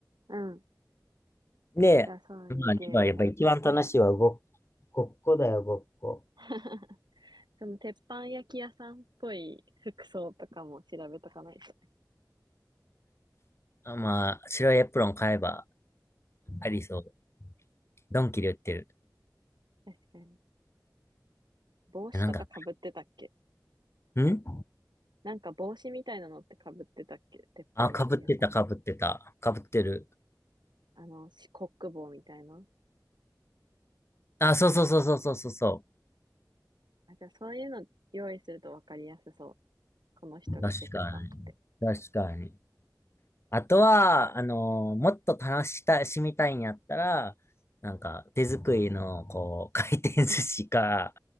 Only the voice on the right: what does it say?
うん。
じゃあそういうゲームも。
<laughs> その鉄板焼き屋さんっぽい服装とかも調べとかないと。
確かに。帽子とか被ってたっけ
なんか帽子みたいなのって被ってたっけ鉄板焼き屋さん。
あの、しコック帽みたいな。
あ、じゃあそういうの用意すると分かりやすそう。この人がシェフかって。